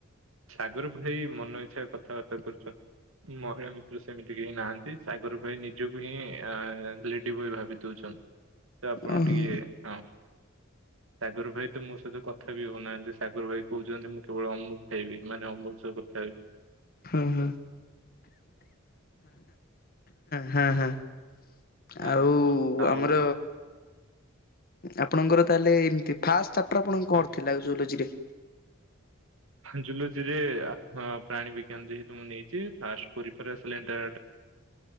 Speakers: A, on the right; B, on the left.
A: ସାଗର ଭାଇ ମନ ଇଚ୍ଛା କଥାବାର୍ତ୍ତା କରୁଛନ୍ତି। ମହିଳା ମିତ୍ର ସେମିତି କେହି ନାହାନ୍ତି ସାଗର ଭାଇ ନିଜକୁ ହିଁ ଲେଡି ବୟ ଭାବି ଦଉଛନ୍ତି। ତ ଆପଣ
B: ଓହୋ
A: ଟିକେ ହଁ। ସାଗର ଭାଇ ତ ମୋ ସହିତ କଥା ବି ହଉନାହାନ୍ତି ସାଗର ଭାଇ କହୁଛନ୍ତି ମୁଁ କେବଳ ଅମୃ ହେଇବି ମାନେ ଅମୁଲ ସବୁ କଥା ହେବି।
B: ହଁ ହ ହ ହ।
A: ହଁ
B: ଆଉ
A: ଆଉ
B: ଆମର ଆପଣଙ୍କର ତାହେଲେ ଏମତି ଫାଷ୍ଟ ଚାପ୍ଟର ଆପଣଙ୍କ
A: ହଁ
B: କଣ ଥିଲା ଜୁଓଲୋଜିରେ।
A: ଜୁଲୋଜିରେ ଆ ହଁ ପ୍ରାଣୀ ବିଜ୍ଞାନ ଯେହେତୁ ମୁଁ ନେଇଛି ଫାଷ୍ଟ ପ୍ରିଫରେନ୍ସ ସିଲେନ୍ଟ